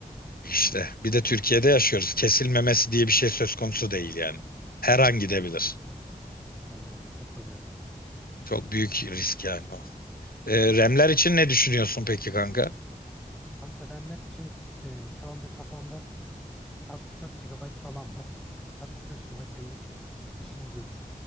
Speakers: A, on the left (about 75°); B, in the centre.
A: İşte bir de Türkiye'de yaşıyoruz. Kesilmemesi diye bir şey söz konusu değil yani. Her
B: Katılıyorum.
A: an gidebilir.
B: Aynen öyle katılıyorum.
A: Çok büyük risk yani o. Ee, remler için ne düşünüyorsun peki kanka?
B: Kanka RAM'ler için e, şu anda kafamda 64 GB falan var. 64 GB senin işini görür.